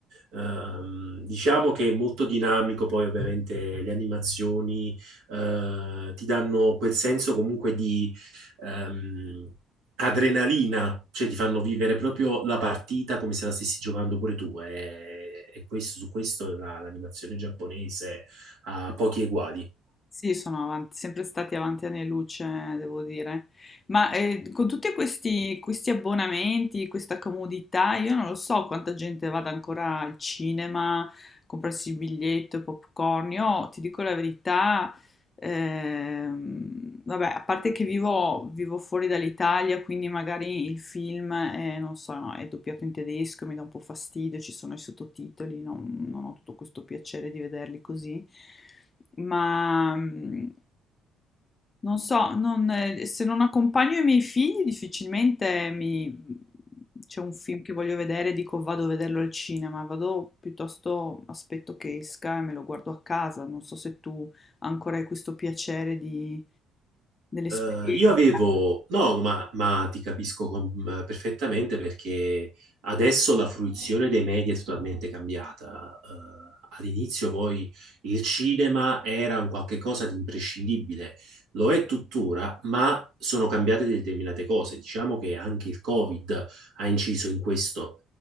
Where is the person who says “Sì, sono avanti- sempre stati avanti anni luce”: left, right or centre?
Left